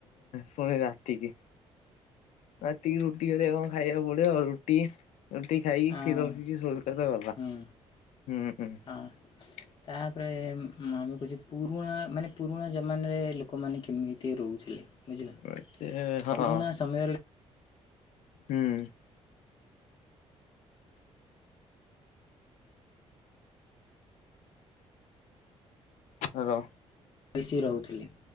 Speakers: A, on the left; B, on the left.
A: ପୁଣି ରାତିକି ରାତିକି ରୁଟି କରିବା କଣ ଖାଇବାକୁ ପଡିବ ଆଉ, ରୁଟି ରୁଟି ଖାଇକି,
B: ହଁ
A: କ୍ଷୀର ପିଇକି, ଶୋଇପଡ଼ିଲେ ଗଲା।
B: ହୁଁ
A: ହୁଁ ହୁଁ
B: ହଁ ତାପରେ ମୁଁ ଆମେ କହୁଛେ, ପୁରୁଣା ମାନେ ପୁରୁଣା ଜମାନାରେ ଲୋକମାନେ କେମିତି ରହୁଥିଲେ ବୁଝିଲ
A: <unintelligible> ହଁ
B: ପୁରୁଣା ସମୟରେ
A: ହୁଁ ହୋ <unintelligible>
B: ମିଶି ରହୁଥିଲେ।